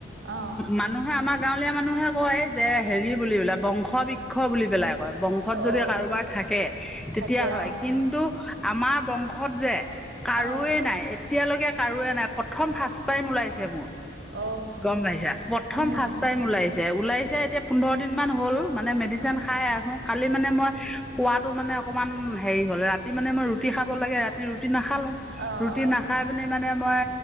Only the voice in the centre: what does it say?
মানুহে আমাৰ গাঁৱলীয়া মানুহে কয় যে হেৰি বুলিবলে বংশ বৃক্ষ বুলি পেলাই। কয়। বংশত
যদি কাৰোবাৰ
থাকে তেতিয়া
হয়
কিন্তু আমাৰ বংশত যে কাৰোৱে
নাই এতিয়ালৈকে কাৰোয়ে নাই। প্ৰথম ফাৰ্ষ্ট টাইম ওলাইছে মোৰ।
গম পাইছা? প্ৰথম
ফাৰ্ষ্ট টাইম ওলাইছে। ওলাইছে এতিয়া পোন্ধৰ দিন মান হ'ল মানে মেডিচিন
খাই আছো। কালি মানে মই খোৱাটো মানে অকমান হেৰি হল। ৰাতি মানে মই ৰুটি খাব লাগে ৰাতি ৰুটি না নাখালো।
ৰুটি
নাখাই পিনি মানে মই